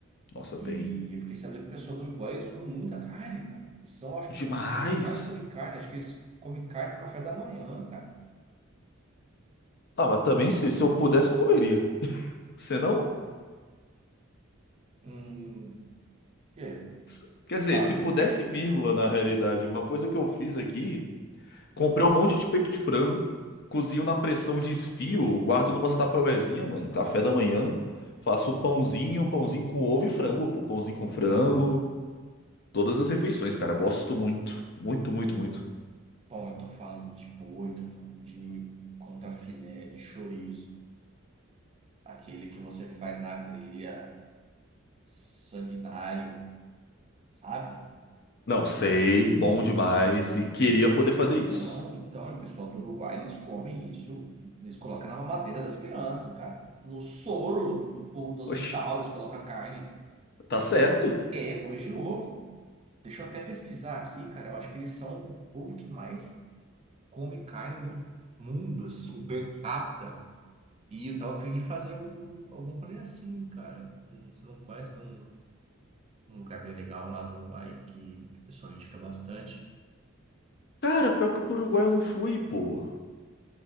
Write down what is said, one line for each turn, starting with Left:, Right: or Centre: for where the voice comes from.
Left: Nossa,
Right: E
Left: tem
Right: eu fiquei sabendo que o pessoal do Uruguai, eles comem muita carne, cara. Eles são, acho
Left: demais.
Right: que, o povo do mundo que mais come carne. Acho que eles comem carne no café da manhã, cara.
Left: Ah, mas também se, se eu pudesse, eu comeria. Se não,
Right: Hum, é,
Left: se- quer dizer,
Right: válido.
Left: se pudesse, vírgula, na realidade. Uma coisa que eu fiz aqui, comprei um monte de peito de frango, cozinho na pressão de guardo numas tupperwarezinha, mano, café da manhã, faço pãozinho, pãozinho com ovo e frango, pô, pãozinho com frango, todas as refeições, cara, gosto muito, muito, muito, muito.
Right: Bom, eu tô falando de boi, tô falando de contrafilé, de chorizo. Aquele que você faz na grelha sanguinário, sabe?
Left: Não, sei, bom demais e queria poder fazer
Right: Então,
Left: isso.
Right: então, o pessoal do Uruguai, eles comem isso. Eles colocam na mamadeira das crianças, cara. No soro do do povo do hospital,
Left: Oxe,
Right: eles colocam carne.
Left: tá certo?
Right: É coisa de louco. Deixa eu até pesquisar aqui, cara. Eu acho que eles são o povo que mais come carne no mundo, assim, um per capita. E eu tava a fim de fazer algum, algum rolê assim, cara. Um- você não conhece tem um, um lugar bem legal lá do Uruguai que, que o pessoal indica bastante.
Left: Cara, pior que pro Uruguai eu não fui, pô.